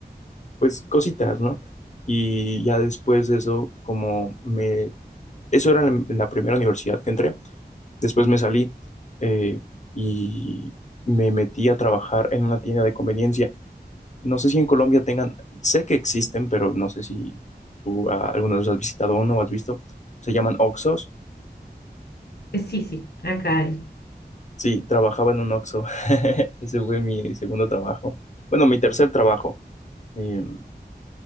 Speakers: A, on the left (about 45°); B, on the left (about 70°).
A: pues cositas, ¿no? Y ya después de eso, como me, eso era la, en la primera universidad que entré, después me salí eh, y me metí a trabajar en una tienda de conveniencia No sé si en Colombia tengan, sé que existen, pero no sé si tú ah, alguna vez has visitado uno o has visto. Se llaman oxxos.
B: Eh, Sí, sí, acá hay.
A: Sí, trabajaba en un oxxo. <laughs> Ese fue mi segundo trabajo. Bueno, mi tercer trabajo. Eh,